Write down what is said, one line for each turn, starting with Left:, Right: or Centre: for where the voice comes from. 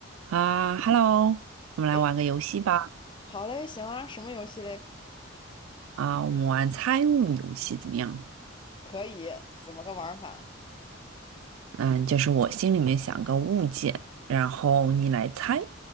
Right: 啊，Hello，我们来玩个游戏吧。
Left: 诶，好嘞，行啊，什么游戏嘞？
Right: 啊，我们玩猜物游戏怎么样？
Left: 可以，怎么个玩儿法？
Right: 嗯，就是我心里面想个物件，然后你来猜，